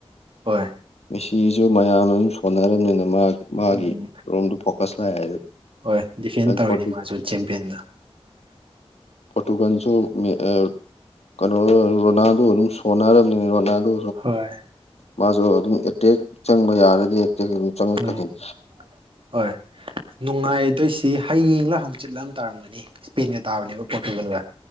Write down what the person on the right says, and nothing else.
ꯍꯣꯏ
ꯎꯝ
ꯍꯣꯏ ꯗꯤꯐꯦꯟ ꯇꯧꯔꯤꯅꯤ
ꯃꯥꯁꯨ ꯆꯦꯝꯄꯤꯌꯟꯗꯣ <inaudible>
ꯍꯣꯏ
ꯎꯝ
ꯍꯣꯏ ꯅꯨꯡꯉꯥꯏꯗꯣꯏꯁꯤ ꯍꯌꯦꯡꯂ ꯍꯪꯆꯤꯠꯂ ꯇꯥꯔꯝꯒꯅꯤ ꯏꯁꯄꯦꯟꯒ ꯇꯥꯕꯅꯦꯕ ꯄꯣꯔꯇꯨꯒꯜꯒ